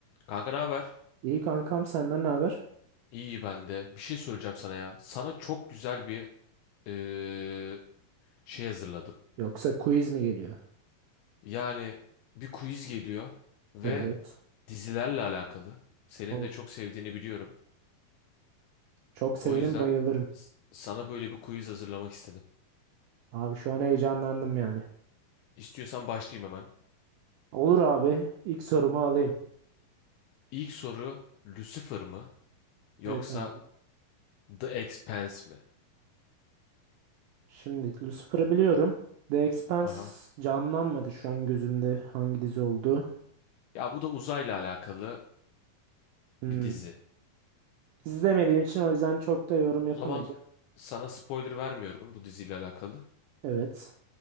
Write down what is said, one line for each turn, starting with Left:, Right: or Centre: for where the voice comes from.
Left: Kanka ne haber?
Right: İyi kankam senden ne haber?
Left: İyi ben de. Bir şey söyleyeceğim sana ya. Sana çok güzel bir eee, şey hazırladım.
Right: Yoksa quiz mi geliyor?
Left: Yani bir quiz geliyor ve
Right: Evet.
Left: dizilerle alakalı. Senin
Right: O,
Left: de çok sevdiğini biliyorum.
Right: çok severim
Left: O yüzden
Right: bayılırım.
Left: s- sana böyle bir quiz hazırlamak istedim.
Right: Abi şu an heyecanlandım yani.
Left: İstiyorsan başlayayım hemen.
Right: Olur abi. İlk sorumu alayım.
Left: İlk soru Lucifer mı yoksa
Right: Evet abi.
Left: The Expanse mi?
Right: Şimdi Lucifer'ı biliyorum. The Expanse
Left: Haha.
Right: canlanmadı şu an gözümde hangi dizi oldu.
Left: Ya bu da uzayla alakalı
Right: Hmm,
Left: bir dizi.
Right: izlemediğim için o yüzden çok da yorum
Left: O
Right: yapamayacağım.
Left: zaman sana spoiler vermiyorum bu diziyle alakalı.
Right: Evet.